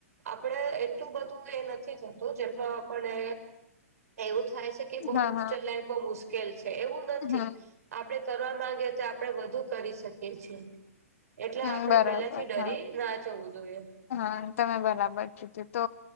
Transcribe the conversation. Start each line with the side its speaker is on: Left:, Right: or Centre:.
Right: આપણે એટલું બધું એ નથી થતું જેટલો આપને એવું થાય છે કે
Left: હા
Right: હોસ્ટેલ
Left: હા
Right: લાઈફ બહ મુશ્કેલ છે એવું નથી.
Left: હમ
Right: આપડણે કરવા માંગે તો આપણેે વધુ કરી શકીએ છીએ. એટલે
Left: હમ
Right: આપડે
Left: બરાબર
Right: પેલા થી ડરી
Left: હા
Right: ના જવું જોઈએ.
Left: હા તમે બરાબર કીધું તો